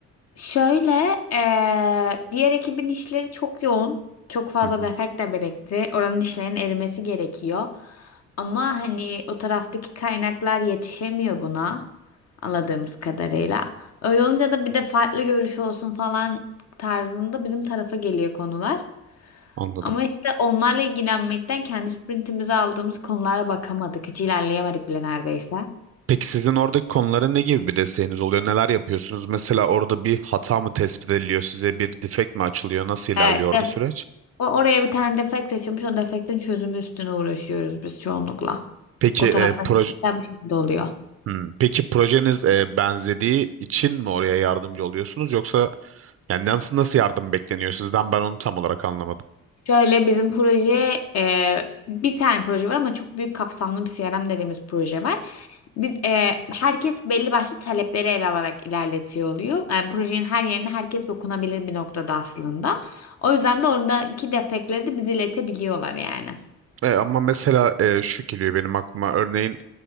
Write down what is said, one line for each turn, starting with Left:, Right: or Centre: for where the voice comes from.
Left: Şöyle, eee, diğer ekibin işleri çok yoğun. Çok fazla
Right: Hı hı,
Left: defekt de birikti. Oranın işlerin erimesi gerekiyor. Ama hani o taraftaki kaynaklar yetişemiyor buna. Anladığımız kadarıyla. Öyle olunca da bir de farklı görüş olsun falan tarzında bizim tarafa geliyor konular.
Right: anladım.
Left: Ama işte onlarla ilgilenmekten kendi sprintimize aldığımız konulara bakamadık. Hiç ilerleyemedik bile neredeyse.
Right: Peki sizin oradaki konulara ne gibi bir desteğiniz oluyor? Neler yapıyorsunuz? Mesela orada bir hata mı tespit ediliyor? Size bir defekt mi açılıyor? Nasıl ilerliyor
Left: Evet,
Right: orada süreç?
Left: O- Oraya bir tane defekt açılmış. O defektin çözümü üstüne uğraşıyoruz biz çoğunlukla.
Right: Peki
Left: O taraftan
Right: e, proje
Left: da bu şekilde oluyor.
Right: Hmm, Peki projeniz e, benzediği için mi oraya yardımcı oluyorsunuz yoksa yani nasıl nasıl yardım bekleniyor sizden ben onu tam olarak anlamadım.
Left: Şöyle bizim proje e, bir tane proje var ama çok büyük kapsamlı bir CRM dediğimiz proje var. Biz e, herkes belli başlı talepleri ele alarak ilerletiyor oluyor. Yani projenin her yerine herkes dokunabilir bir noktada aslında. O yüzden de oradaki defektleri de bize iletebiliyorlar yani.
Right: E, ama mesela e, şu geliyor benim aklıma örneğin